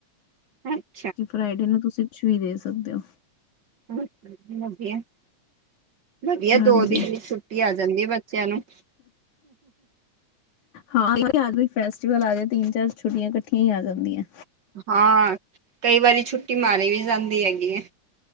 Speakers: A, on the right; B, on the left.
A: <unintelligible>
B: ਕਿ ਫਰਾਈਡੇ ਨੂੰ ਤੁਸੀਂ ਕੁਛ ਵੀ ਦੇ ਸਕਦੇ ਹੋ।
A: <unintelligible> ਵਧੀਆ
B: ਹਾਂਜੀ
A: ਦੋ ਦਿਨ ਦੀ ਛੁੱਟੀ ਆ ਜਾਂਦੀ ਹੈ, ਬੱਚਿਆਂ ਨੂੰ
B: ਹਾਂ ਫੈਸਟੀਵਲ ਆ ਜਾਏ, ਤਿੰਨ ਚਾਰ ਛੁੱਟੀਆਂ ਇਕੱਠੀਆਂ ਹੀ ਆ ਜਾਂਦੀਆਂ।
A: ਹਾਂ ਕਈ ਵਾਰੀ ਛੁੱਟੀ ਮਾਰੀ ਵੀ ਜਾਂਦੀ ਵੀ ਹੈਗੀ ਹੈ।